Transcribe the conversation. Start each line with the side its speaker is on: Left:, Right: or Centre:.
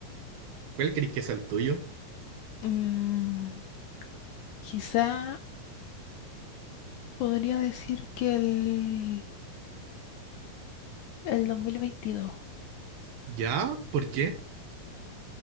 Right: ¿Cuál crees que es el tuyo?
Left: Mm, quizá podría decir que el, el 2022.
Right: ¿Ya? ¿Por qué?